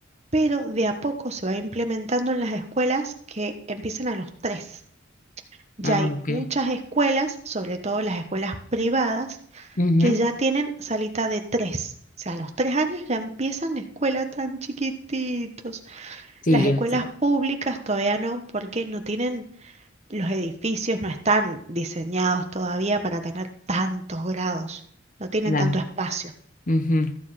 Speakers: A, on the right; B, on the left.
A: pero de a poco se va implementando en las escuelas que empiecen a los tres. Ya
B: Ah,
A: hay
B: ok.
A: muchas escuelas, sobre todo las escuelas privadas,
B: Ujú.
A: que ya tienen salita de tres. O sea, a los tres años ya empiezan la escuela tan chiquititos.
B: Sí,
A: Las
B: ya
A: escuelas
B: sé.
A: públicas todavía no, porque no tienen Los edificios no están diseñados todavía para tener tantos grados, no tienen
B: Claro.
A: tanto espacio.
B: Ujú.